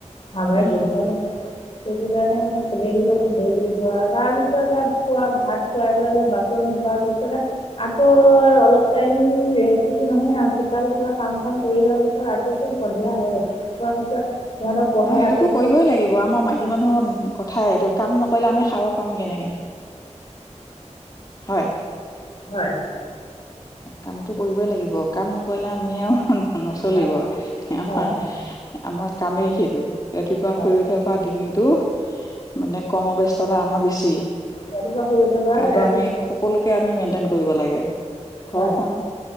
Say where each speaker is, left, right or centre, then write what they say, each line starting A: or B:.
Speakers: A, on the left; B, on the left.
A: ভাৰ
B: উম
A: বধ ন সেইটো কাৰণে মানে ডেইলি কাপো ডেইলি ধৰা তাৰ পিছত খোৱা ভাত খুৱাই বোৱাই লোৱা বাকী হোৱাৰ পিছত আকৌ আৰু অলপ টাইম ৰে বুলি নহয় আল কাম চাম কৰি লোৱাৰ পিছত আকৌ চুব সন্ধিয়া হয় থোৱাৰ পিছত সিহঁতক পঢ়াই
B: নহয় সেইটোতো
A: আকৌ
B: কৰিবই লাগিব আমাৰ মাইকী মানুহৰ কথাই এইটো কাম নকৰিলে আমি খাব পাম কেনেকৈ হয়
A: হয়
B: কামতটো কৰিবই লাগিব কাম নকৰিলে আমি আৰু নচলিব
A: হয়
B: আমাৰ
A: হয়
B: আমাৰ কামেই সিদিো ৰাতিপুৱা
A: হয়
B: শুই উঠাৰ পৰা দিনটো মানে কৰ্মব্যস্ততা আমাৰ বেছি
A: ৰাতিপুৱা শুই উঠাৰ পৰা
B: কাৰণো
A: ৰাতি
B: আমি সকলোকে আমি মেইনটেইন কৰিব লাগে ঘৰখন
A: হয়